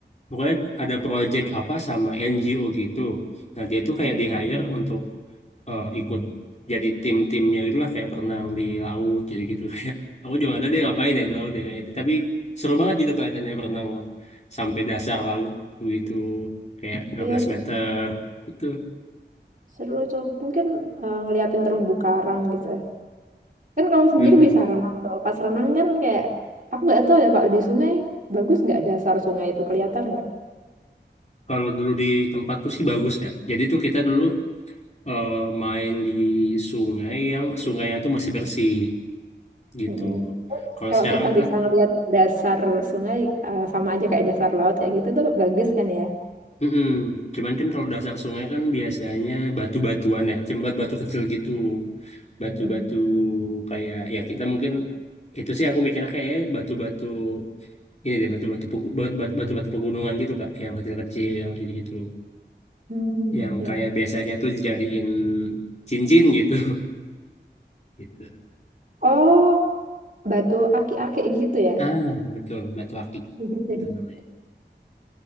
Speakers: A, on the left; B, on the right.
A: pokoknya ada project apa sama NGO gitu. Nah dia tuh kayak
B: Mm.
A: di hire untuk eh, ikut jadi tim-timnya gitu lah kayak berenang di laut gitu gitu <laughs> kayak aku juga nggak tahu dia ngapain ya di laut ya kayaknya tapi seru banget gitu kelihatannya berenang sampai dasar laut gitu kayak 15
B: Iya tuh
A: meter gitu
B: Seru tuh. Mungkin eh, ngeliatin terumbu karang gitu ya. Kan kamu sendiri
A: Mm-mm.
B: bisa renang tuh. Pas renang kan kayak aku nggak tahu ya kalau di sungai bagus nggak dasar sungai itu kelihatan nggak?
A: kalau dulu di tempatku sih bagus ya jadi tuh kita dulu eh, main di sungai yang sungainya tuh masih bersih gitu
B: Mm-mm.
A: kalau
B: Kalau
A: sekarang
B: kita bisa
A: kan
B: ngeliat dasar sungai eh, sama aja kayak dasar laut kayak gitu tuh bagus kan ya?
A: mm Cuman kan kalau dasar sungai kan biasanya batu-batuan ya, cuma batu-batu kecil gitu. batu-batu
B: Mm.
A: kayak ya kita mungkin itu sih aku mikirnya kayak batu-batu ini deh batu-batu pegu- batu- batu- batu-batu pegunungan gitu Kak yang kecil-kecil gitu-gitu
B: Hmm,
A: yang
B: ya.
A: kayak biasanya tuh dijadiin cincin gitu <laughs> gitu
B: Oh, batu aki-aki gitu ya.
A: ah betul batu akik
B: <laughs>
A: itu namanya